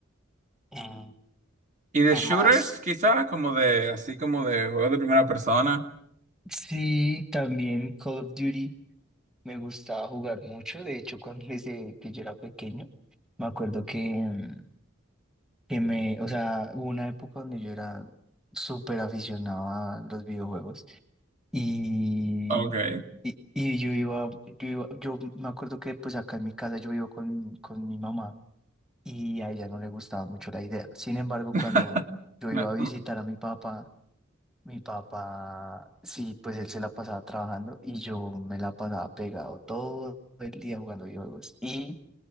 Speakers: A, in the centre; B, on the right (about 35°).
A: eh,
B: ¿Y de
A: ¿qué
B: shooters,
A: más?
B: quizá? Como de, así como de juegos de primera persona.
A: Sí, también Call of Duty me gustaba jugar mucho. De hecho, cuando <laughs> desde que yo era pequeño, me acuerdo que, mm, que me, o sea, hubo una época donde yo era súper aficionado a los videojuegos y,
B: Ok.
A: y, y yo iba, yo iba, yo me acuerdo que pues acá en mi casa yo vivo con, con mi mamá. y a ella no le gustaba mucho la idea. Sin embargo,
B: <laughs>
A: cuando yo
B: Me-
A: iba a visitar
B: me-
A: a mi papá, mi papá, sí, pues él se la pasaba trabajando y yo me la pasaba pegado todo el día jugando videojuegos. Y